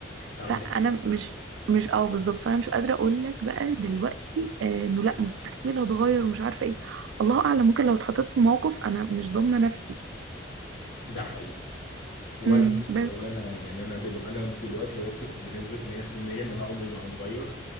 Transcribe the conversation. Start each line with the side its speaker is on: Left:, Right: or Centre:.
Left: عندك
Right: فانا
Left: حق
Right: مش مش اه بالظبط فانا مش قادره اقول لك بقى دلوقتي آه، انه لا مستحيل اتغير ومش عارفه ايه الله اعلم ممكن لو اتحطيت في موقف انا مش ضامنه نفسي
Left: ده حقيقي ولا
Right: امم بس
Left: ولا أنا يعني أنا دلو أنا دلوقتي واثق بنسبة 100% إن أنا عمري ما هتغير